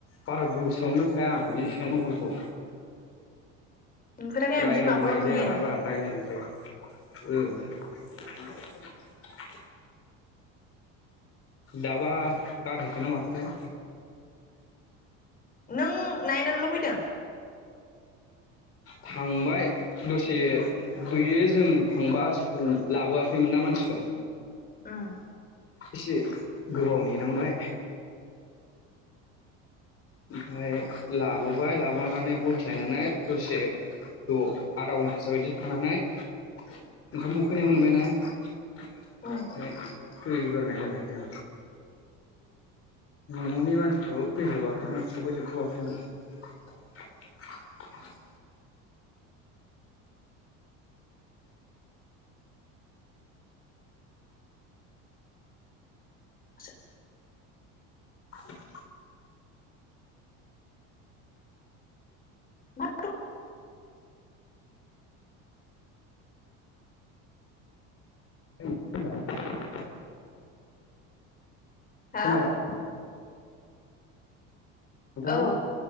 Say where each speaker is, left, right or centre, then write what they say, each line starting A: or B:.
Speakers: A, on the left; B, on the left.
A: बारा गोसोआवनो थाया आं जेसिबां न हरखौ
B: नुफेराखै आं
A: रायदावनाय
B: बिमाखौल' नुयो
A: जायाना बारा रायलायनाय जाया उ दाबा गारहैखोना ना माखोथाय?
B: नों नायनानो लुबैदों
A: थांबाय दसे बे जों थांबा लाबोआखैमोन ना मानसिखौ
B: उं
A: एसे गोबाव नेनांबाय ओमफफाय लाबोबाय लाबोनानै बोख्लायनानै दसे गोबाव आधा घन्टासो बायदि थानानै ओंखामबो उखैनाय मोनबायना <unintelligible>
B: उम
A: फैगोरनाय जानायसै आं ननि मानसिफ्राबो फैजोबाखैमोन सफैजोबथयाखैमोन
B: <unintelligible>
A: <unintelligible>
B: मा
A: <unintelligible>
B: हा
A: खोनाबाय? नोंथां
B: औ